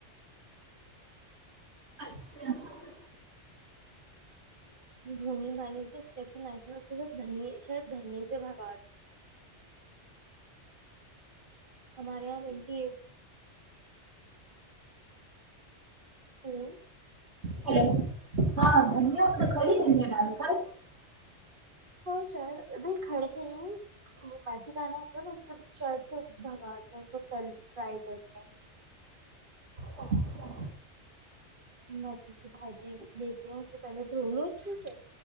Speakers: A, on the right (about 65°); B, on the right (about 45°).
A: اچھا اچھا
B: دھنی بال ہوتی ل اس د شاید دھنییا سے بھگاتا ہمارے یہاں می ہیلو
A: ہلو <unintelligible>
B: اور شاید ام کھڑے تھ نہیں وہ میچی دانا ہوتا ہے نا اس شید سے بھگااتتے تل فرائی کرتے ہیں
A: اچھا
B: مکھی کی بھاجی لیتے ہ اس کو پہلے دھو لو اچھے سے